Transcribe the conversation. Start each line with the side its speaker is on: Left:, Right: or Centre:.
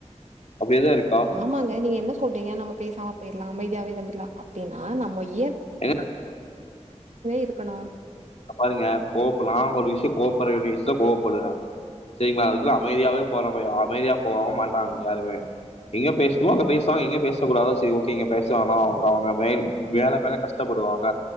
Left: அப்படியே தான் இருக்கா
Right: ஆமாங்க நீங்க என்ன சொல்றீங்க நம்ம பேசாம போயிட்லா அமைதியாவே இருந்த லா அப்டின்னா நம்ம இ
Left: ஏங்க <inaudible>
Right: இருக்கணும்?
Left: பாருங்க கோப்பலா அவுங்க ஒரு விஷயொ கோப் படகுறிய விஷ்துல்ல கோப படுங்க சரிங்களா அதுக்லா அமைதியாவே போரப்பயா அமைதியா போவோ மாட்டாங்க யாருமே எங்க பேச்னுமோ அங்க பேச்சா அங்க எங்க பேச கூடாதோ சிரி உகே இங்க பேச வேனா அவங்க மேல் மேலா தரயா கஷ்டப்படுவாங்க